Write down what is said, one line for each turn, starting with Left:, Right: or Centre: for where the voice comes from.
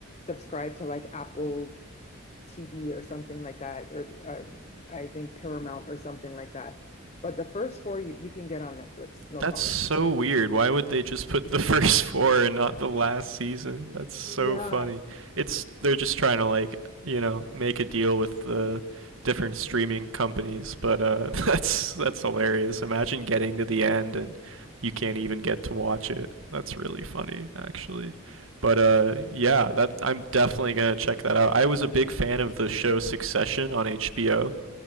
Left: subscribe to like Apple TV or something like that, or um I think Paramount or something like that. But the first four you, you can get on Netflix, no
Right: That's
Left: problem.
Right: so weird. Why would they just put the <laughs> first four and not the last season? That's so
Left: Yeah.
Right: funny. It's they're just trying to like, you know, make a deal with the different streaming companies, but uh <laughs> that's that's hilarious. Imagine getting to the end and you can't even get to watch it. That's really funny actually. But uh yeah, that I'm definitely going to check that out. I was a big fan of the show Succession on HBO,